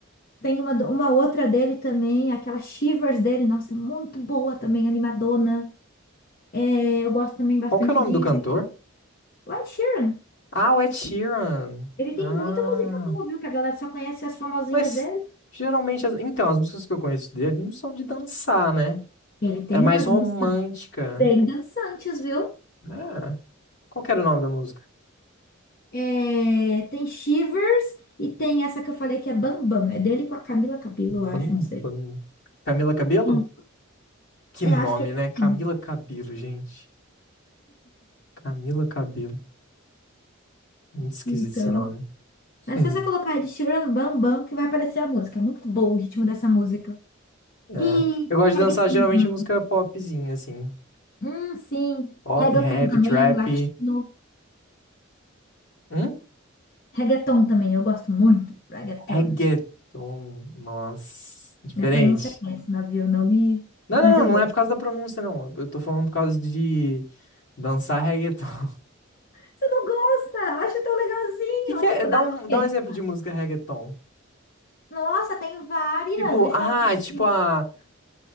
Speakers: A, on the left; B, on the left.
A: Tem uma, do- uma outra dele também, aquela Shivers dele, nossa, é muito boa também, animadona. É, eu gosto também bastante
B: Qual que é o nome
A: de
B: do cantor?
A: Ed Sheeran.
B: Ah, o Ed Sheeran.
A: Ele
B: Ah,
A: tem muita música boa, viu? Que a galera só conhece as famosinhas
B: mas
A: dele.
B: geralmente, as- então, as músicas que eu conheço dele não são de dançar, né?
A: Ele tem
B: É mais
A: umas
B: romântica.
A: músicas. Bem dançantes, viu?
B: É. Qual que era o nome da música?
A: É, tem Shivers e tem essa que eu falei que é Bambam. É dele com a Camila Cabello,
B: Bambam.
A: eu acho, não sei.
B: Camila Cabello?
A: Hum.
B: Que
A: É,
B: nome,
A: acho que é o
B: né? Camila
A: mesmo.
B: Cabello, gente. Camila Cabello. Muito esquisito
A: Então.
B: esse nome.
A: Mas
B: <laughs>
A: se você colocar aí de Shivers no Bambam, que vai aparecer a música. É muito bom o ritmo dessa música.
B: É.
A: E
B: Eu gosto de
A: reggaeton
B: dançar geralmente
A: também.
B: música popzinha, assim.
A: Hum, sim.
B: Pop,
A: Reggaeton
B: rap,
A: também,
B: trap.
A: latino.
B: Hum?
A: Reggaeton também, eu gosto muito. Reggaeton.
B: Reggaeton. Nossa, diferente.
A: Minha pronúncia é péssima, viu? Não me...
B: Não, não,
A: Mas
B: não,
A: eu
B: não
A: gosto.
B: é por causa da pronúncia, não. Eu tô falando por causa de dançar reggaeton. O
A: Você não gosta? Eu acho tão legalzinho.
B: que que é?
A: Tipo,
B: Dá
A: nada
B: um,
A: a
B: dá
A: ver.
B: um exemplo de música reggaeton.
A: Nossa, tem várias.
B: Tipo,
A: Deixa
B: ah,
A: eu abrir aqui.
B: tipo
A: um.
B: a.